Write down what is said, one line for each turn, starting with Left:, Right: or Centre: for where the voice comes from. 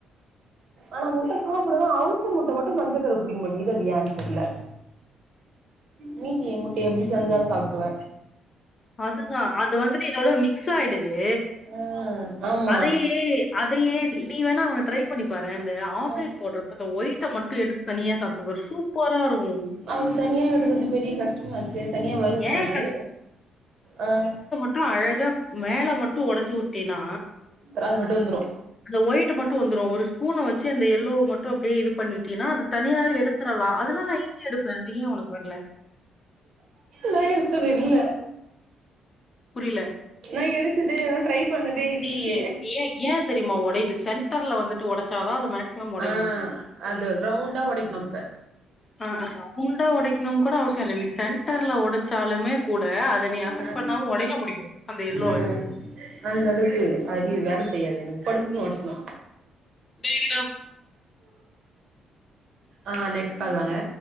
Right: ஆனா முட்ட சாப்புடுவ அவுச்ச முட்ட மட்டு மஞ்சகரு புடிக்க மாட்டிங்குது அது ஏன் தெர்ல மீதிய முட்டய எப்டி செஞ்சாலு சாப்ட்டுவ
Left: அதுதா அது வந்துட்டு இதோட மிக்ஸ் ஆய்டுது
Right: ஆ ஆம்
Left: அது அதையே நீ நீ வேணா ஒன்னு ட்ரை பண்ணிப்பாறே இந்த ஆம்லேட்
Right: அ
Left: போட்றப்ப அந்த ஒய்ட்ட மட்டு எடுத்து தனியா சாப்ட்டு பாரு சூப்பரா இருக்கு
Right: அது தனியா எடுக்கர்து பெரிய கஷ்டமாச்சே தனியா வருமா
Left: ஏன்
Right: அது ஆ
Left: அ அழகா மேல மட்டு ஒடச்சு உட்டினா
Right: அப்புறோ அது மட்டு வந்துரு
Left: அந்த ஒயிட் மட்டு வந்துரு ஒரு ஸ்பூன வச்சு அந்த எல்லோ மட்டு அப்டே இது பண்ணிட்டீனா அது தனியா எடுத்துரலா அதெல்லா நான் ஈசியா எடுப்பேன் அதியேன் ஒனக்கு வர்ல
Right: நான் எட்தது இல்ல
Left: புரில
Right: நான் எடுத்துதே இதுலா ட்ரை பண்ணதே இல்லியே
Left: செய் ஏன் ஏன் தெரிமா ஒடைது சென்டர்ல வந்துட்டு ஒடச்சாதா அது மேக்ஸிமம் உடையும்.
Right: ஆ அது ரவுண்டா ஒடைக்ணுப்ப
Left: அஅ முண்டா உடைக்கணுன் கூட அவசியோ இல்ல நீ சென்டர்ல உ டச்சாலுமே கூட அத நீ அஃபெக்ட்
Right: அ
Left: பண்ணாம உடைக்க முடியாது அந்த எல்லோவ
Right: அ அந்த அளவுக்கு அரிவு வேல செய்யாது எனக்கு படுக்குனு ஒடச்சினு
Left: டேய் நா
Right: ஆ நெக்ஸ் பால் வாங்க